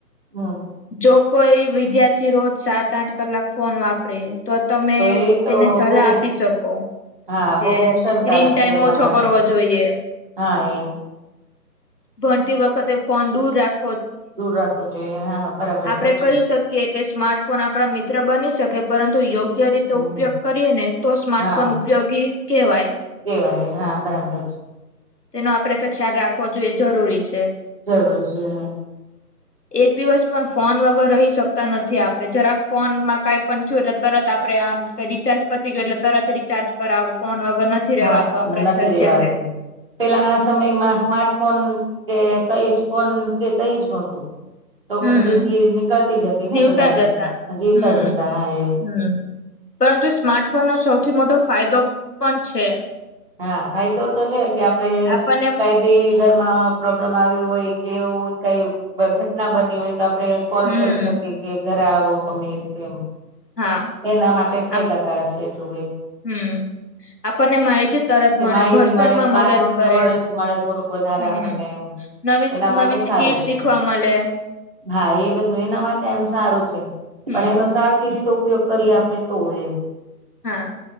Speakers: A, on the right; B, on the left.
A: હમ
B: જો કોઈ વિદ્યાર્થી રોજ સાત આઠ કલાક ફોન વાપરે તો તમે
A: એ તો
B: તેને સલાહ
A: બહુ
B: આપી શકો
A: હા
B: કે
A: બહુ નુકસાનકારક
B: સ્ક્રીન ટાઈમ
A: છે એના
B: ઓછો
A: માટે
B: કરવો જોઈએ
A: હા એમ
B: ભણતી વખતે ફોન દૂર રાખ
A: દૂર રાખવો જોઈએ હા બરાબર
B: આપડે
A: સાચું
B: કહી
A: છે
B: શકીએ કે સ્માર્ટફોન આપણા મિત્ર બની શકે પરંતુ યોગ્ય રીતે
A: હમ
B: ઉપયોગ કરીએ ને ને તો સ્માર્ટફોન
A: હા
B: ઉપયોગી કહેવાય
A: કેવાય હા બરાબર છે
B: તેનો આપડે તો ખ્યાલ રાખવો જોઈએ જરૂરી છે
A: જરૂર છે હમ
B: <unintelligible> એક દિવસ પણ ફોન વગર રહી શકતા નથી આપડે જરાક ફોન માં કઈ પણ થયું એટલે તરત આપડે આ રિચાર્ પતી ગયો એટલે તરત રિચ્જ કરાવો ફોન વગ ગર નથી
A: હા
B: રેવાતું આપણા
A: નથી
B: થીઅત્યારે
A: રેવાતું પેલાના સમયમાં સ્માર્ટફોન કે કઈ જ ફોન કે કઈ જ નોતું તો
B: હમ
A: પણ જિંદગી નીકળતી જતી ને
B: જીવતા
A: બધાની
B: જતા
A: જીવતા
B: હમ
A: જતા એમ
B: હમ પરંતુ સ્માર્ટફોનનો સૌથી મોટો ફાયદો પણ છે
A: હા ફાયદો તો છે કે આપડે
B: આપણને
A: કઈ બી બજારમાં પ્રોબ્લેમ આવ્યું હોય કે એવું કઈ ઘટના બની હોય તો આપણે કોલ
B: હમ
A: કરી શકીએ કે ઘરે આવો તમે એ રીતે એમ
B: હા
A: એના માટે ફાયદાકારક
B: આપ
A: છે એટલું એમ
B: હમ આપણને માહિતી તરત
A: કે
B: મળે
A: માહિતી
B: ભણતરમાં
A: મળે બાર
B: મદદ
A: નું
B: કરે
A: નોલેજ મળે થોડુંક વધારે
B: હમ
A: આપણને એમ
B: નવી
A: એના માટે
B: નવી
A: સારું
B: સ્કીલ
A: છે
B: શીખવા મલે
A: હા એ બધું એના માટે એમ સારું છે
B: હમ
A: પણ એનું સારું છે ઉપયોગ કરી આપે તો એમ
B: હા